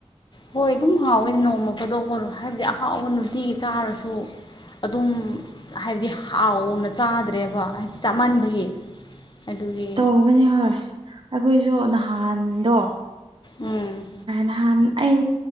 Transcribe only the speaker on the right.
ꯇꯧꯕꯅꯦ ꯍꯣꯏ ꯑꯩꯈꯣꯏꯁꯨ ꯅꯍꯥꯟꯗꯣ
ꯅꯍꯥꯟ ꯑꯩ